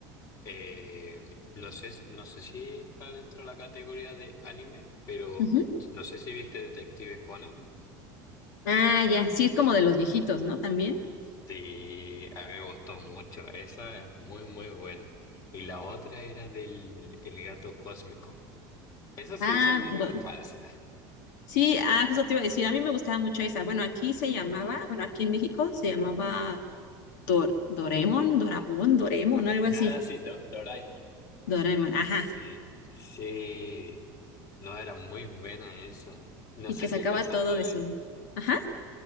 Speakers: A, on the left; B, on the left.
A: eh, no sé, no sé si está dentro de la categoría de anime, pero
B: Ujú.
A: no sé si viste Detective Conan.
B: Ah, ya, sí, es como de los viejitos, ¿no? También.
A: Sí, a mí me gustó mucho, esa es muy, muy buena. Y la otra era del el gato cósmico. Esas
B: Ah,
A: sí son de
B: do-
A: mi infancia.
B: sí, ah, justo te iba a decir, a mí me gustaba mucho esa. Bueno, aquí se llamaba, bueno, aquí en México se llamaba. Dor, Doremon, Doramon, Doremon, algo así.
A: Ah, sí, Do- Doraemon.
B: Doraemon, ajá.
A: Sí, sí. No, era muy buena esa. No
B: Y
A: sé
B: que sacaba
A: si alcanzaste
B: todo
A: a
B: de
A: ver
B: su. Ajá.